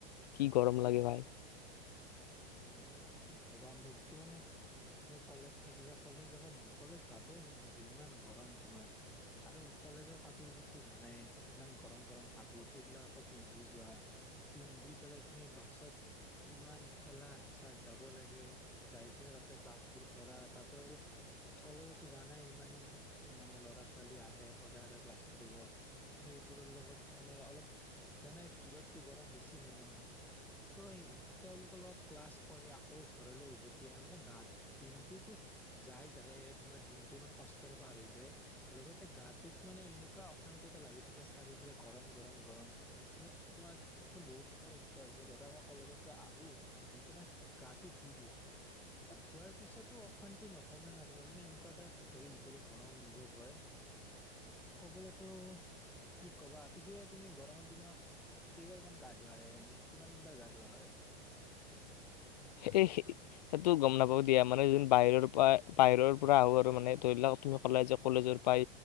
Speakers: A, on the left; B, in the centre.
A: কি গৰম লাগে ভাই
B: এ কি ক'বা মোতো মানে, মোৰ কলেজ থাকিলে কলেজ যাব মো খলেজ যাবই মন নাযায়, ইমান গৰম তোমাৰ আৰু কলেজৰ কাপোৰবোৰতো জানাই, ইমান গৰম গৰম কাপোৰ সেইবিলাক আকৌ পিন্ধি, যোৱা পিন্ধি, পেলাই তুমি বাছত ইমান ঠেলা হেঁচাত যাব লাগে যাই কিনে তাতে ক্লাছবোৰ কৰা তাতে আৰু কলেজতো জানাই ইমান ইমান মানে ল'ৰা ছোৱালী আহে সদায় সদায় ক্লাছ কৰিব তো সেইবোৰৰ লগত মানে অলপ জানাই ভিৰততো গৰম বেছি হয় নহয় তো স তেওঁলোক স্কুলত ক্লাছ কৰি আকৌ ঘৰলৈ উভতি আহে মানে গাত দিনটোতো যাই যায়ে তোমাৰ দিনটো ইমান কষ্টৰে পাৰ হৈ যায় লগতে গাটোত মানে এনেকুৱা অশান্তি এটা লাগি থাকে চাৰিওফালে গৰম গৰম গৰম মানেই মোৰ বহুতবাৰ এনেকুৱা হৈছে ধৰা মই কলেজৰ পৰা আহোঁ আহি কিনে গাটো ধুই দিওঁ ধোৱাৰ পিছতো অশান্তি নকমে নকমে মানে এনেকুৱা এটা ভিতৰি ভিতৰি গৰম অনুভৱ হয় কবলৈতো কি কবা পিছে তুমি গৰমৰ দিনত কেইবাৰ মান গা ধুৱ আহে এনে কিমান বাৰ গা ধোৱাা হয়।
A: স সেইটো গম নাপাব দিয়া মানে য বাহিৰৰ পৰা বাহিৰৰ পৰা আহো আৰু মানে ধৰি লা তুমি কলাই যোৱা কলেজৰ পাই